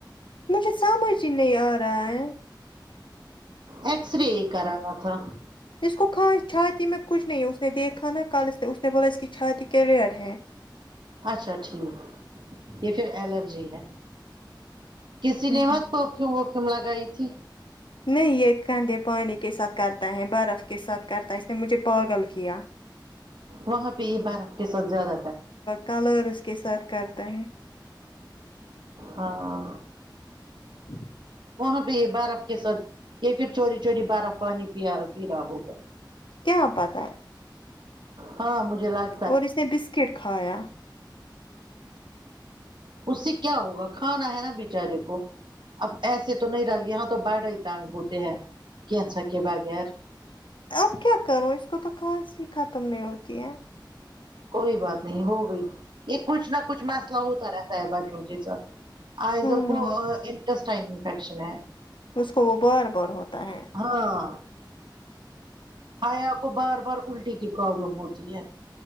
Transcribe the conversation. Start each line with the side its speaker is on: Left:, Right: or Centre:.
Left: مجھے سمجھ ہی نہیں آرہا ہے
Right: ایکس رے کرانا تھا
Left: اس کو کھان چھاتی میں کچھ نہیں ہے اس نے دیکھا نا کل اس نے اس نے بولا اس کی چھاتی کلیئر ہے
Right: اچھا ٹھیک یہ پھر الرجی ہے کسی
Left: ہوں
Right: نے بت پرفیوم ورفیوم لگائی تھی
Left: نہیں یہ کندھے پانی کے ساتھ کرتا ہے برف کے ساتھ کرتا ہے اس نے مجھے پاگل کیا
Right: وہاں پہ یہ بارک کے ساتھ زیادہ ت
Left: کالر اس کے ساتھ کرتا ہے
Right: ہاں
Left: <inaudible>
Right: وہاں پے یے برف کے ساتھ یے پھر چوری چوری برف پانی پیا پی رہا ہوگا
Left: کیا پتا ہے
Right: ہاں مجھے لگ
Left: اور اس نے بسکٹ کھایا
Right: اس سے کیا ہوگا کھانا ہے نا بچارے کو اب ایسے تو نہیں ر یہاں تو بڑ ہی تانگ ہوتے ہیں کیچا کے بغیر
Left: اب کیا کروں اس کو تو خاص ہی ختم نہیں ہوتی ہے
Right: کوئی بات نہیں ہو گئی یہ کچھ نہ کچھ مسئلہ ہوتا رہتا ہے بچوں کے ساتھ آئزل
Left: ہوں
Right: کو انٹسٹائن انفیکشن ہے
Left: اس کو وہ بار بار ہوتا ہے
Right: ہاں ہیا کو بار بار الٹی کی پرابلم ہوتی ہے